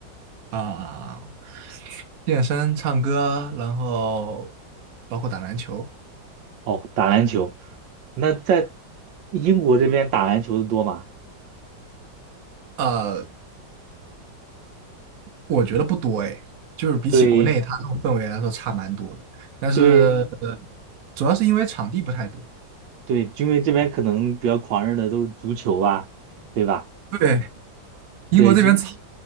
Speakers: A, on the right; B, on the right.
A: 啊、健身、唱歌，然后包括打篮球，
B: 哦，打篮球。那在英国这边打篮球的多吗？
A: 呃，我觉得不多哎，就是比起国内它那种氛围来说差蛮多的，
B: 对
A: 但是
B: 对
A: 呃主要是因为场地不太多，
B: 对，因为这边可能比较狂热的都是足球啊，对吧？
A: 对，英国这边草
B: 对，就